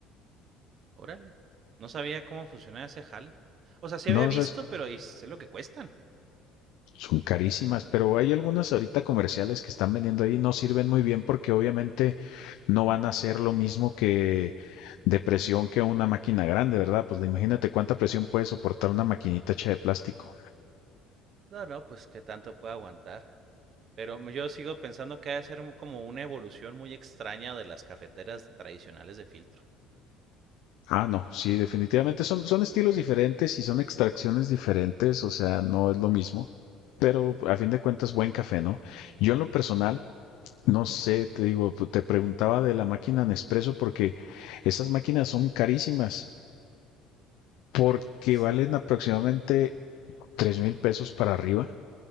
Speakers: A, on the right; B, on the left.
A: Órale. No sabía cómo funcionaba ese jale. O sea, sí
B: No,
A: había
B: no
A: visto,
B: sabes
A: pero ¿y sé lo que cuestan?
B: Son carísimas, pero hay algunas ahorita comerciales que están vendiendo ahí, no sirven muy bien porque obviamente no van a hacer lo mismo que de presión que una máquina grande, ¿verdad? Pues imagínate cuánta presión puede soportar una maquinita hecha de plástico.
A: No, no, pues qué tanto puede aguantar. Pero m- yo sigo pensando que ha de ser mu- como una evolución muy extraña de las cafeteras tradicionales de filtro.
B: Ah, no, sí, definitivamente son, son estilos diferentes y son extracciones diferentes, o sea, no es lo mismo, pero a fin de cuentas buen café, ¿no? Yo en lo personal, no sé, te digo, te preguntaba de la máquina Nespresso porque esas máquinas son carísimas. porque
A: Sí.
B: valen aproximadamente tres mil pesos para arriba.